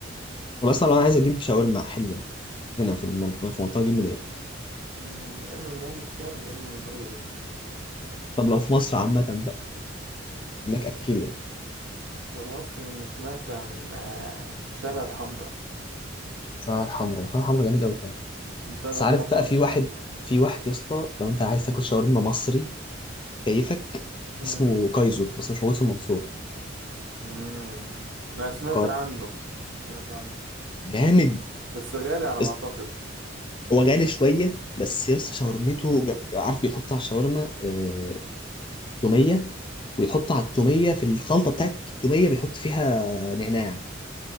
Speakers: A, on the left (about 25°); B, on the right (about 65°).
A: والله اصلا انا عايز اجيب شاورما حلوه هنا في المنطقه في منطقه جيب منين
B: مم، يا إما من أهل الشام يا إما من روح دمشق
A: طب لو في مصر عامه بقى يقول لك اكيليا
B: في مصر أنا سمعت عن آه، شارع الحمراء
A: شعرها الحمراء شعرها الحمراء جامد قوي فعلا
B: انفتح
A: بس عارف
B: كام ف...
A: بقى في واحد في واحد يا اسطى لو انت عايز تاكل شاورما مصري كيفك
B: مم.
A: اسمه كايزو بس مش موجود في المنصوره
B: مم. أنا سمعت
A: قار-
B: عنه سمعت عنه
A: جامد
B: بس غالي على
A: يا
B: ما
A: اسطى،
B: أعتقد
A: هو غالي شويه بس يا اسطى شاورمته جا- عارف بيحط على الشاورما آه، توميه ويحط على التوميه في الخلطه بتاعت التوميه بيحط فيها نعناع